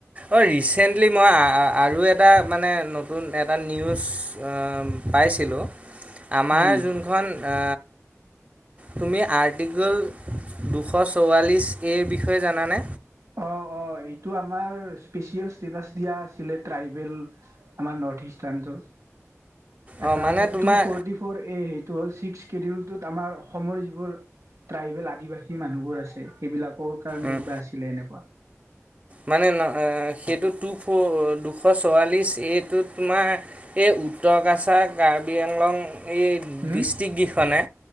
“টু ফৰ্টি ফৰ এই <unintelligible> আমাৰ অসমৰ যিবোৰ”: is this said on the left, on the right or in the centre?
Right